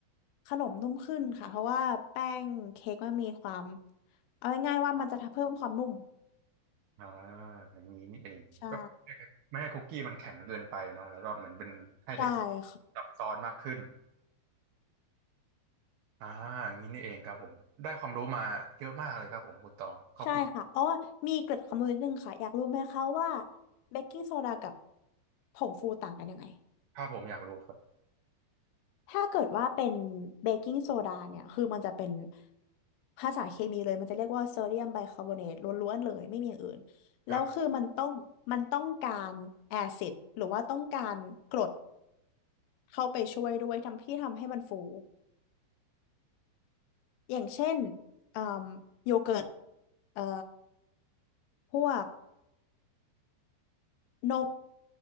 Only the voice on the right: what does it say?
อ่าอย่างนี้นี่เองก็
ไม่ให้คุกกี้มันแข็งเกินไปเนาะแล้วก็เหมือนเป็นให้เทค
ซับซ้อนมากขึ้นอ่าอย่างนี้นี่เองครับผมได้ความรู้มาเยอะมากเลยครับผมคุณตองขอบคุณ
ถ้าผมอยากรู้ครับ
ครับ